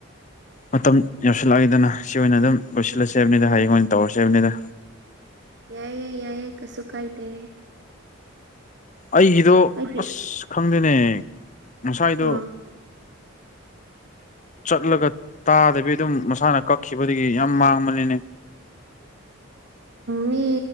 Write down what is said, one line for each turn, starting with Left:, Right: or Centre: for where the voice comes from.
Left: ꯃꯇꯝ ꯌꯧꯁꯤꯜꯂꯛꯏꯗꯅ ꯁꯤ ꯑꯣꯏꯅ ꯑꯗꯨꯝ ꯂꯣꯏꯁꯤꯜꯂꯁꯦ ꯍꯥꯏꯕꯅꯤꯗ ꯍꯌꯦꯡ ꯑꯣꯏꯅ ꯇꯧꯔꯁꯦ ꯍꯥꯏꯕꯅꯤꯗ
Right: ꯌꯥꯏꯌꯦ ꯌꯥꯏꯌꯦ ꯀꯁꯨ ꯀꯥꯏꯗꯦ
Left: ꯑꯩꯒꯤꯗꯣ
Right: ꯍꯥꯏꯗꯤ
Left: ꯑꯁ ꯈꯪꯗꯦꯅꯦ ꯉꯁꯥꯏꯗꯣ
Right: ꯑ
Left: ꯆꯠꯂꯒ ꯇꯥꯗꯕꯤ ꯑꯗꯨꯝ ꯃꯁꯥꯅ ꯀ ꯈꯤꯕꯗꯒꯤ ꯌꯥꯝ ꯃꯥꯡꯕꯅꯤꯅꯦ
Right: ꯃꯤ